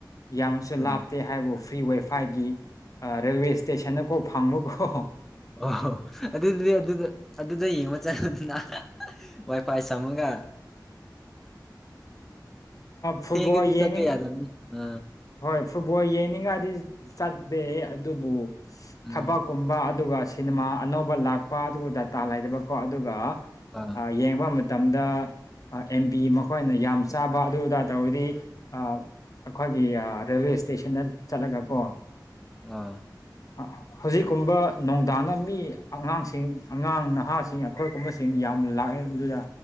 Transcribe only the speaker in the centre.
ꯑꯥ
ꯑꯣ ꯑꯗꯨꯗꯤ ꯑꯗꯨꯗ꯫ ꯑꯗꯨꯗ ꯌꯦꯡꯕ ꯆꯠꯉꯅꯤꯅ ꯋꯥꯏ ꯐꯥꯏ ꯆꯝꯃꯒ꯫
ꯊꯦꯡꯒꯗꯤ
ꯆꯄꯤ ꯌꯥꯔꯅꯤ ꯑ꯫
ꯎꯝ
ꯑ
ꯑ